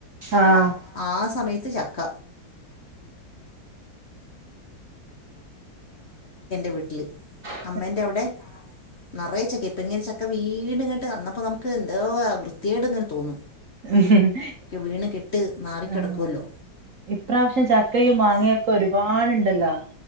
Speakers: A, on the right; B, on the left.
A: ആഹ്
B: ആഹ് സമയത്ത് ചക്ക <unintelligible>
A: <inaudible>
B: അമ്മേന്റെ അവിടെ നെറയെ ചക്ക ഇപ്പോ ങ്ങനെ ചക്ക വീണ് ആകെ വൃത്തി കേട് തോന്നു
A: <inaudible>
B: വീണ് കെട്ട് നാറിക്കിടക്കുവല്ലോ
A: ആഹ് ഇപ്രാവശ്യം ചക്കയും മാങ്ങയൊക്കെ ഒരുപാടുണ്ടല്ലോ